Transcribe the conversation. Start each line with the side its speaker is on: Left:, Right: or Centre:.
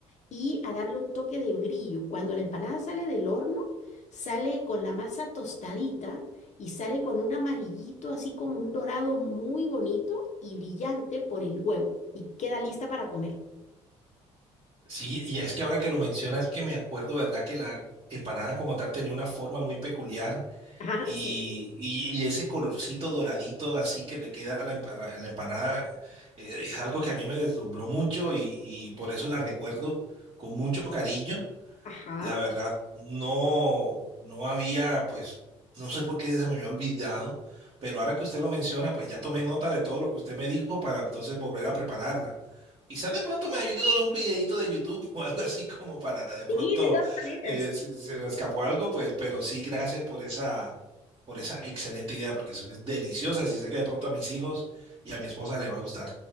Left: y a darle un toque de brillo. Cuando la empanada sale del horno, sale con la masa tostadita y sale con un amarillito así como un dorado muy bonito y brillante por el huevo y queda lista para comer.
Right: Sí, y es que ahora que lo mencionas, que me acuerdo, ¿verdad? Que la empanada como tal tenía una forma muy peculiar
Left: <laughs> Ajá,
Right: y,
Left: sí.
Right: y- y ese colorcito doradito así que le queda a la, empa- a la empanada eh, es algo que a mí me deslumbró mucho y, y por eso la recuerdo con mucho cariño.
Left: Ajá.
Right: La verdad, no, no había, pues, no sé por qué se me había olvidado, pero ahora que usted lo menciona, pues ya tomé nota de todo lo que usted me dijo para entonces volver a prepararla. Quizás de pronto me ayudo de un videito de YouTube <laughs> o algo así como para de pronto
Left: Sí, de todas maneras.
Right: eh, si si se me escapó algo, pues, pero sí, gracias por esa, por esa excelente idea, porque eso es deliciosa. Y sé que de pronto a mis hijos y a mi esposa le va a gustar.